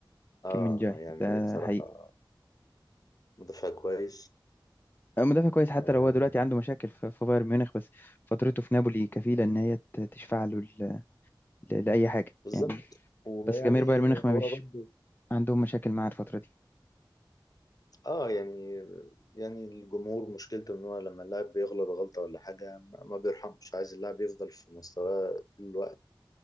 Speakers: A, on the left (about 45°); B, on the left (about 25°).
A: اه
B: كيم من جاي
A: يعني
B: ده
A: بصراحة
B: حقيقي
A: مدافع كويس
B: آه، مدافع كويس حتى
A: آه
B: لو هو دلوقتي عنده مشاكل في في بايرن ميونخ بس فترته في نابولي كفيلة إن هي ت- تشفع له ل- ل- لأي حاجة
A: بالظبط
B: يعني
A: ويعني
B: بس جماهير بايرن ميونخ ما
A: هو
B: بيش
A: برضه
B: عندهم مشاكل معاه الفترة دي
A: اه يعني يعني الجمهور مشكلته ان هو لما اللاعب بيغلط غلطة ولا حاجة ما ما بيرحمش عايز اللاعب يفضل في مستواه طول الوقت